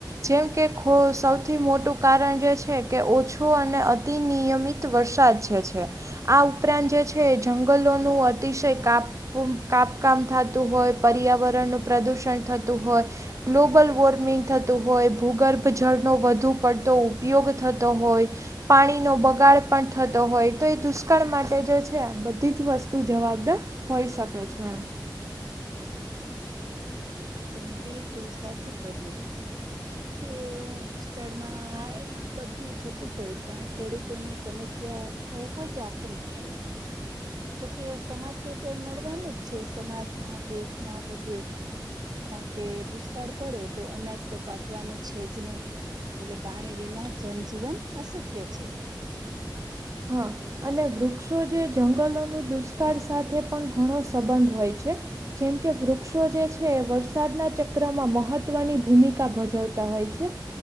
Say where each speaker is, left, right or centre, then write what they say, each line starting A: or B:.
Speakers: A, on the right; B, on the right.
A: જેમ કે સૌથી મોટું કારણ જે છે કે ઓછું અને અતિનિયમિત વરસાદ જે છે. આ ઉપરાંત જે છે એ જંગલોનું અતિશય કાપ કાપકામ થતું હોય, પર્યાવરણનું પ્રદુષણ થતું હોય ગ્લોબલ વોર્મિંગ થતું હોય, ભૂગર્ભ જળનો વધુ પડતો ઉપયોગ થતો હોય પાણીનો બગાડ પણ થતો હોય તો એ દુષ્કાળ માટે જે છે, બધી જ વસ્તુ જવાબદાર હોઈ શકે છે.
B: તો મેં બિલકુલ સાચું કહ્યું. કે દુષ્કાળમાં એ બધું થતું હોય પણ ખેડૂતોની સમસ્યા બહુ જ આકરી થાય એમાં. જોકે સમાજ ને તો નડવાનું જ છે, સમાજમાં દેશમાં બધે. કારણ કે દુષ્કાળ પડે તો અનાજ તો પાક મૂકવાનું છે જ નહીં એટલે પાણી વિના જનજીવન અશક્ય છે.
A: હા. અને વૃક્ષો જે જંગલોનું દુષ્કાળ સાથે પણ ઘણો સંબંધ હોય છે. જેમ કે વૃક્ષો જે છે એ વરસાદના ચક્રમાં મહત્વની ભૂમિકા ભજવતા હોય છે.